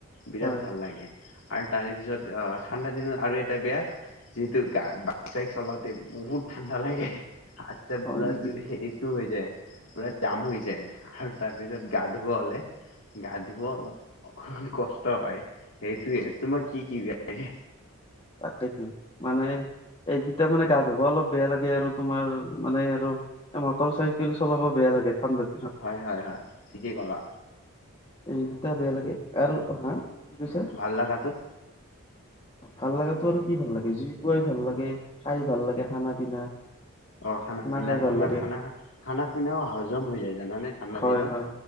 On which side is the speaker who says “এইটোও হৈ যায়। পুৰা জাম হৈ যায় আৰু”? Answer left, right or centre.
Left